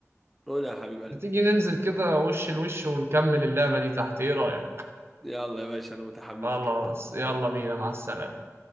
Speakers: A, in the centre; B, on the right.
A: قول يا حبيب قلبي
B: ما تيجي ننزل كده وش لوش ونكمل اللعبة دي تحت ايه رأيك
A: يلا يا باشا انا متحمس
B: خلاص
A: جدا
B: يلا بينا مع السلامة